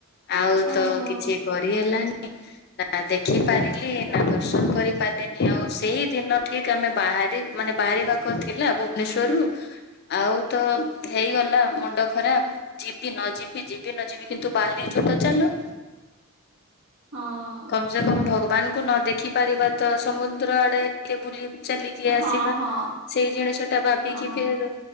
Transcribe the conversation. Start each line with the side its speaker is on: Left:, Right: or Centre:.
Left: ଆଉ
Right: ଓହୋ
Left: ତ କିଛି କରି ହେଲାନି। ନା ଦେଖି ପାରିଲି ନା ଦର୍ଶନ କରିପାରିଲିନି। ଆଉ ସେଇ ଦିନ ଠି ଆମେ ବାହାରି ମାନେ ବାହାରିବାକୁ ଥିଲା ଭୁବନେଶ୍ଵରରୁୁ ଆଉ ତ ହେଇଗଲା ମୁଣ୍ଡ ଖରାପ୍। ଯିବି ନ ଯିବି ଯିବି ନ ଯିବି କିନ୍ତୁ ବାହାରିଚୁ ତ ଚାଲ।
Right: ହଁ।
Left: କମ୍ ସେ କମ୍ ଭଗବାନ କୁ ନ ଦେଖି ପାରିବା ତ ସମୁଦ୍ର ଆଡେ ଟିକେ ବୁଲି ଚାଲିକି
Right: ହଁ
Left: ଆସିବା
Right: ହଁ
Left: ସେଇ ଜିଣିଷ ଟା ଭାବିକି
Right: ହଁ।
Left: ଫିର୍